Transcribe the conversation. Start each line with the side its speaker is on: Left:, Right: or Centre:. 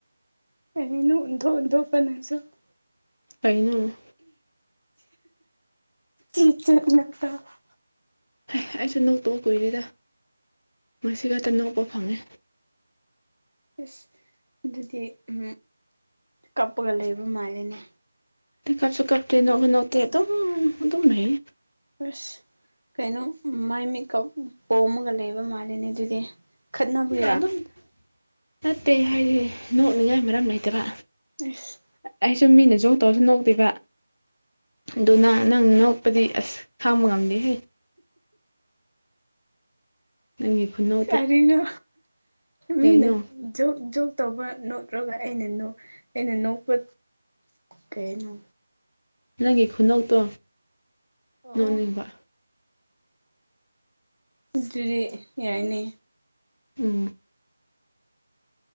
Right: <unintelligible>
Left: ꯀꯩꯅꯣ
Right: <unintelligible>
Left: ꯍ ꯑꯩꯁꯨ ꯅꯣꯛꯇꯕ ꯀꯨꯏꯔꯦꯗ ꯉꯁꯤ ꯈꯛꯇ ꯅꯣꯛꯄ ꯐꯪꯉꯦ
Right: ꯑꯁ ꯑꯗꯨꯗꯤ ꯎ ꯀꯞꯄꯒ ꯂꯩꯕ ꯃꯥꯜꯂꯦꯅꯦ
Left: <unintelligible>
Right: ꯑꯁ ꯀꯩꯅꯣ ꯃꯥꯏ ꯃꯤꯠꯀ ꯄꯣꯝꯃꯒ ꯂꯩꯕ ꯃꯥꯜꯂꯦꯅꯦ ꯑꯗꯨꯗꯤ ꯈꯠꯅꯕꯒꯤꯔꯥ
Left: ꯑ ꯑꯗꯨꯝ ꯅꯠꯇꯦ ꯍꯥꯏꯗꯤ ꯅꯣꯛꯅꯤꯡꯉꯥꯏ ꯃꯔꯝ ꯂꯩꯇꯕ
Right: ꯏꯁ
Left: ꯑꯩꯁꯨ ꯃꯤꯅꯥ ꯖꯣꯛ ꯇꯦꯔꯁꯨ ꯅꯣꯛꯇꯦꯕꯥ ꯑꯗꯨꯅ ꯅꯪ ꯅꯣꯛꯄꯗꯤ ꯑꯁ ꯈꯥꯡꯕ ꯉꯝꯗꯦꯍꯦ ꯅꯪꯒꯤ ꯈꯨꯅꯣꯛ
Right: ꯀꯔꯤꯅ
Left: ꯀꯩꯅꯣ
Right: ꯃꯤꯅ ꯖꯣꯞ ꯖꯣꯞ ꯇꯧꯕ ꯅꯣꯛꯔꯒ ꯑꯩꯅ ꯑꯩꯅ ꯅꯣꯛꯄ ꯀꯩꯅꯣ
Left: ꯅꯪꯒꯤ ꯈꯨꯅꯣꯛꯇꯣ
Right: ꯑꯣ
Left: ꯅꯣꯛꯅꯤꯡꯕ
Right: ꯑꯗꯨꯗꯤ ꯌꯥꯏꯅꯦ
Left: ꯎꯝ